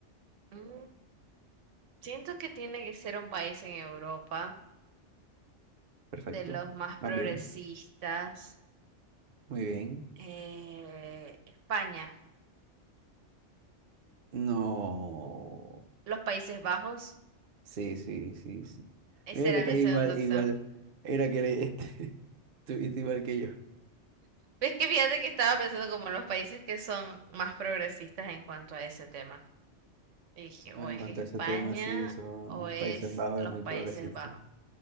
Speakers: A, on the right (about 80°); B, on the right (about 55°).
A: Mm, Siento que tiene que ser un país en Europa,
B: Perfecto.
A: de los más progresistas.
B: ¿Vas bien? Muy bien.
A: eh, España,
B: No.
A: los Países Bajos.
B: Sí, sí, sí, sí.
A: Esa
B: Mira
A: era
B: que estás
A: mi segunda
B: igual,
A: opción.
B: igual. Era que eres, este, <laughs> estuviste igual que yo.
A: Ves que fíjate que estaba pensando como los países que son más progresistas en cuanto a ese tema. Y dije,
B: No,
A: o
B: en
A: es
B: cuanto
A: España
B: a ese tema, sí, son
A: o es
B: Países Bajos
A: los
B: es muy
A: Países
B: progresista.
A: Bajos.